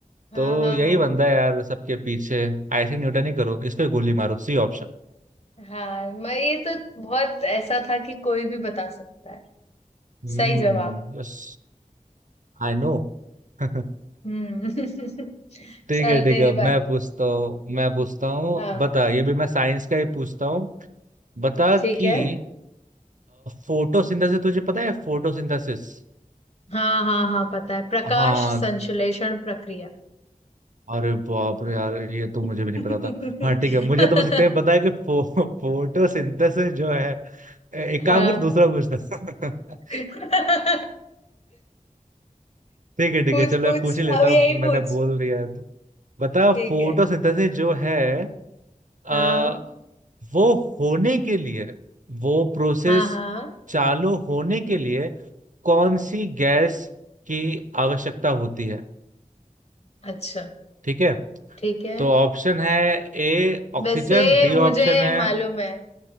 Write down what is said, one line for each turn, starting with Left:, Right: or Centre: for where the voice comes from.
Left: हाँ
Right: तो
Left: हाँ
Right: यही
Left: हाँ
Right: बंदा है यार सबके पीछे ऐसे न्यूटन ही करो इसको ही गोली मारो C option
Left: हाँ मैं ये तो बहुत ऐसा था कि कोई भी बता सकता है
Right: हम्म
Left: सही जवाब
Right: Yes I no <laughs>
Left: हम्म <laughs>
Right: ठीक
Left: चल
Right: है ठीक
Left: तेरी
Right: है
Left: बारी
Right: मैं पूछता हूँ मैं पूछता हूँ
Left: हाँ
Right: बता ये भी मैं साइंस का ही पूछता हूँ बता
Left: ठीक
Right: कि
Left: है
Right: फोटोसिंथेसिस तुझे पता है फोटोसिंथेसिस
Left: हाँ हाँ हाँ पता है प्रकाश
Right: हाँ
Left: संश्लेषण प्रक्रिया
Right: अरे बाप रे यार ये तो
Left: <laughs>
Right: मुझे भी नहीं पता था हाँ ठीक है मुझे तो बस इतना ही पता है कि फो, फोटोसिंथेसिस जो है ए- एक
Left: हाँ
Right: काम कर दूसरा पूछता <laughs>
Left: <laughs>
Right: ठीक है ठीक
Left: पूछ
Right: है चलो
Left: पूछ
Right: मैं पूछ ही लेता
Left: अब
Right: हूँ
Left: यही
Right: मैंने
Left: पूछ
Right: बोल दिया है तो बता
Left: ठीक
Right: फोटोसिंथेसिस
Left: है
Right: जो है आ,
Left: हाँ
Right: वो होने के लिए वो प्रोसेस
Left: हाँ हाँ
Right: चालू होने के लिए कौन सी गैस की आवश्यकता होती है
Left: अच्छा
Right: ठीक है
Left: ठीक है
Right: तो ऑप्शन है ए ऑक्सीजन
Left: वैसे
Right: बी
Left: मुझे
Right: ऑप्शन है
Left: मालूम है